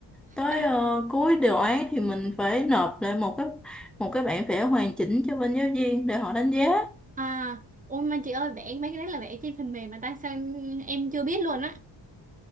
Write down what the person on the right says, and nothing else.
Đây,
à ôi mà chị ơi vẽ mấy cái đấy là vẽ trên phần mềm mà tại sao em, em chưa biết luôn á